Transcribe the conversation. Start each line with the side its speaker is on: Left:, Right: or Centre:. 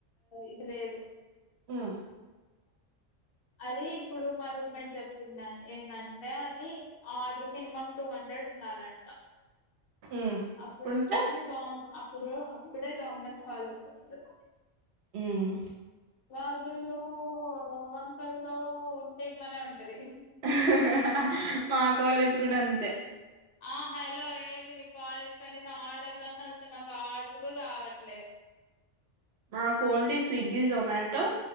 Left: ఇది లేదు
Right: ఉ
Left: అది ఇప్పుడు మా రూం మేట్ చెప్తున్నాది ఏట్లని అంటే అది ఆర్డర్ మినిమం టూ హండ్రెడ్ ఉండాలంట
Right: ఉమ్
Left: అప్పుడుంటేనే
Right: ఉంటే
Left: లోనప్ ఇప్పుడు అప్పుడే డామినస్ కాలేజ్కి వస్తది
Right: ఉమ్
Left: గగును క వంకల్లో ఉంటే ఇట్లనే ఉంటది
Right: హ హ మా కాలేజ్ కూడా అంతే
Left: ఆ హలో ఏంది మీకు కాల్ కనీసం ఆర్డర్లు అన్న వస్తాయి. మాకు ఆర్డర్ కూడా రావట్లే
Right: మాకు only Swiggy Zomato